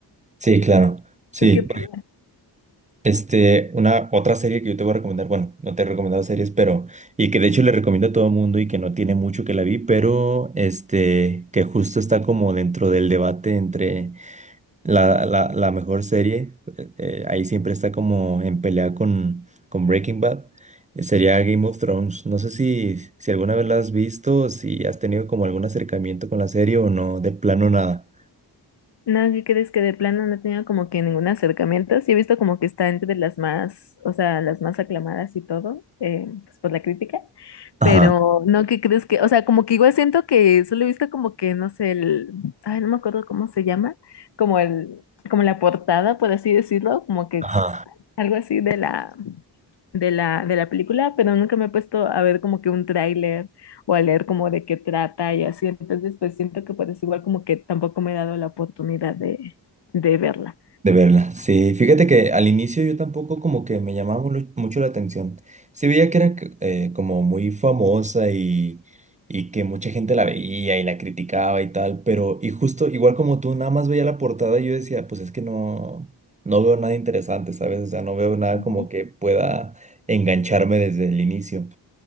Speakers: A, on the right; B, on the left.
A: sí, claro. Sí.
B: ¿Tú qué opinas?
A: Este, una otra serie que yo te voy a recomendar, bueno, no te he recomendado series, pero, y que de hecho le recomiendo a todo el mundo y que no tiene mucho que la vi, pero este, que justo está como dentro del debate entre la, la, la mejor serie, eh, eh, ahí siempre está como en pelea con, con Breaking Bad, eh, sería Game of Thrones. No sé si, si alguna vez la has visto, si has tenido como algún acercamiento con la serie o no, de plano nada.
B: No, ¿qué crees que de plano no tenía como que ningún acercamiento? Sí he visto como que está entre las más, o sea, las más aclamadas y todo, eh, pues por la crítica,
A: Ajá,
B: Pero no, ¿qué crees que? O sea, como que igual siento que solo he visto como que, no sé, el, ay, no me acuerdo cómo se llama, como el, como la portada, por así decirlo, como que
A: ajá.
B: algo así de la, de la, de la película, pero nunca me he puesto a ver como que un tráiler o a leer como de qué trata y así. Entonces, pues siento que pues igual como que tampoco me he dado la oportunidad de, de verla.
A: De verla, sí. Fíjate que al inicio yo tampoco como que me llamaba mulu- mucho la atención. Sí veía que era c- eh, como muy famosa y, y que mucha gente la veía y la criticaba y tal, pero y justo igual como tú, nada más veía la portada y yo decía, pues es que no, no veo nada interesante, ¿sabes? O sea, no veo nada
B: Ujú,
A: como que pueda engancharme desde el inicio.